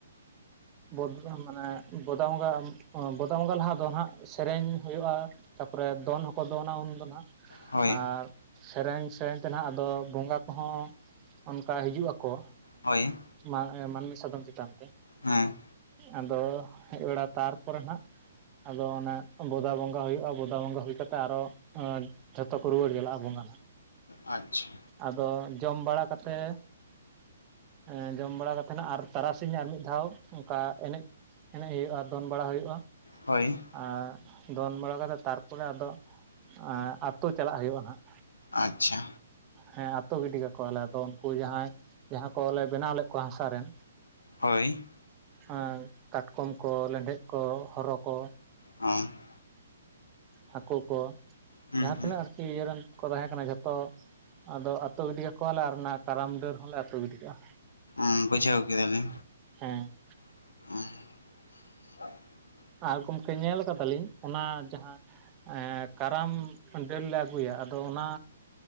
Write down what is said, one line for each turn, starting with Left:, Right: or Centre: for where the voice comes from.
Right: ᱮ‍ᱸ ᱢᱟᱱᱮ ᱵᱚᱫᱟ ᱵᱚᱸᱜᱟ ᱵᱚᱫᱟ ᱵᱚᱸᱜᱟ ᱞᱟᱦᱟ ᱫᱚ ᱦᱟᱸᱜ ᱥᱮᱨᱮᱧ ᱦᱩᱭᱩᱜᱼᱟ ᱛᱟᱯᱚᱨᱮ ᱫᱚᱱ ᱦᱚᱸᱠᱚ ᱫᱚᱱᱟ ᱩᱱ ᱫᱚ
Left: ᱦᱳᱭ
Right: ᱦᱟᱜ᱾ ᱥᱮᱨᱮᱧ ᱥᱮᱨᱮᱧ ᱛᱮ ᱱᱟᱦᱟᱜ ᱟᱫᱚ ᱵᱚᱸᱜᱟ ᱠᱚᱦᱚᱸ ᱚᱱᱠᱟ ᱦᱤᱡᱩᱜ ᱟᱠᱚ᱾
Left: ᱦᱳᱭ
Right: ᱢᱟ ᱢᱟᱹᱱᱢᱤ ᱥᱟᱫᱚᱢ ᱪᱮᱛᱟᱱ ᱛᱮ᱾
Left: ᱦᱮᱸ
Right: ᱟᱫᱚ ᱦᱮᱡ ᱵᱟᱲᱟ ᱛᱟᱨᱯᱚᱨᱮ ᱱᱟᱦᱟᱸᱜ ᱟᱫᱚ ᱚᱱᱮ ᱵᱚᱫᱟ ᱵᱚᱸᱜᱟ ᱦᱩᱭᱩᱜᱼᱟ ᱵᱚᱫᱟ ᱵᱚᱸᱜᱟ ᱦᱩᱭ ᱠᱟᱛᱮᱜ ᱛᱮ ᱟᱨᱚ ᱡᱷᱚᱛᱚ ᱠᱚ ᱨᱩᱣᱟᱹᱲ ᱪᱟᱞᱟᱜᱼᱟ ᱵᱚᱸᱜᱟ᱾
Left: ᱟᱪᱪᱷᱟ
Right: ᱟᱫᱚ ᱡᱚᱢ ᱵᱟᱲᱟ ᱠᱟᱛᱮ ᱮ ᱡᱚᱢ ᱵᱟᱲᱟ ᱠᱟᱛᱮ ᱱᱷᱟᱜ ᱟᱨ ᱛᱟᱨᱟᱥᱤᱧ ᱟᱨ ᱢᱤᱫ ᱫᱷᱟᱣ ᱚᱱᱠᱟ ᱮᱱᱮᱡ ᱮᱱᱮᱡ ᱦᱩᱭᱩᱜᱼᱟ ᱫᱚᱱ ᱵᱟᱲᱟ ᱦᱩᱭᱩᱜᱼᱟ᱾
Left: ᱦᱳᱭ
Right: ᱟᱨ ᱫᱚᱱ ᱵᱟᱲᱟ ᱠᱟᱛᱮ ᱛᱟᱨᱯᱚᱨᱮ ᱟᱫᱚ ᱟ ᱟᱛᱳ ᱪᱟᱞᱟᱜ ᱦᱩᱭᱩᱜᱼᱟ ᱱᱷᱟᱜ᱾
Left: ᱟᱪᱪᱷᱟ᱾
Right: ᱦᱮᱸ ᱟᱛᱳ ᱜᱤᱰᱤ ᱠᱟᱠᱚᱣᱟᱞᱮ ᱟᱫᱚ ᱩᱱᱠᱩ ᱡᱟᱦᱟᱸᱭ-ᱼ ᱡᱟᱦᱟᱸ ᱠᱚᱞᱮ ᱵᱮᱱᱟᱣ ᱞᱮᱫ ᱠᱚᱣᱟ ᱦᱟᱸᱥᱟᱨ ᱨᱮᱱ᱾
Left: ᱦᱳᱭ᱾
Right: ᱮᱸ ᱠᱟᱴᱠᱚᱢ ᱠᱚ ᱞᱮᱸᱰᱮᱫ ᱠᱚ ᱦᱚᱨᱚ ᱠᱚ᱾
Left: ᱚᱸ <inaudible>
Right: ᱦᱟᱹᱠᱩ ᱠᱚ
Left: ᱦᱩᱸ
Right: ᱡᱟᱦᱟᱸ ᱛᱤᱱᱟᱹᱜ
Left: ᱦᱩᱸ
Right: ᱟᱨᱠᱤ ᱤᱭᱟᱹ ᱨᱮᱱ ᱠᱚ ᱛᱟᱦᱮᱸ ᱠᱟᱱᱟ ᱡᱷᱚᱛᱚ ᱟᱫᱚ ᱟᱹᱛᱩ ᱜᱤᱰᱤ ᱠᱟᱠᱚᱣᱟᱞᱮ ᱟᱨ ᱚᱱᱟ ᱠᱟᱨᱟᱢ ᱰᱟᱹᱨ ᱦᱚᱸᱞᱮ ᱟᱹᱛᱩ ᱜᱤᱰᱤ ᱠᱟᱜᱼᱟ᱾
Left: ᱩᱸᱡ ᱵᱩᱡᱷᱟᱹᱣ ᱠᱮᱫᱟᱞᱤᱧ᱾
Right: ᱦᱮᱸ
Left: ᱦᱳᱢ <inaudible>
Right: ᱟᱨ ᱜᱚᱢᱠᱮ ᱧᱮᱞ ᱠᱟᱫᱟᱞᱤᱧ ᱚᱱᱟ ᱡᱟᱦᱟᱸ ᱮ ᱠᱟᱨᱟᱢ ᱰᱟᱹᱨᱞ ᱞᱮ ᱟᱹᱜᱩᱭᱟ᱾ ᱟᱫᱚ ᱚᱱᱟ